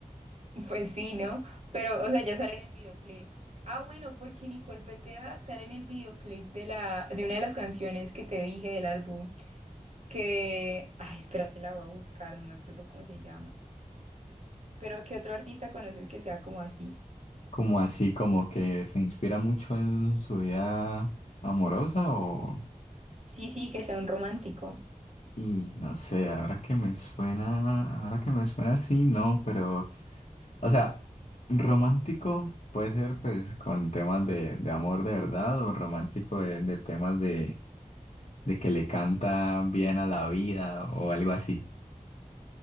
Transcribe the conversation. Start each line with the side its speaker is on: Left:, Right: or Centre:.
Right: Pues sí, ¿no? Pero, o sea, ya sale en el videoclip. Ah, bueno, porque Nicole Beteja sale en el videoclip de la, de una de las canciones que te dije del álbum. que, ay, espérate, la voy a buscar, no me acuerdo cómo se llama. Pero ¿qué otro artista conoces que sea como así?
Left: Como así, como que se inspira mucho en su vida amorosa o...
Right: Sí, sí, que sea un romántico.
Left: Y no sé, ahora que me suena, ahora que me suena sí, no, pero, o sea, romántico puede ser pues con temas de, de amor de verdad o romántico de, de temas de, de que le canta bien a la vida o algo así.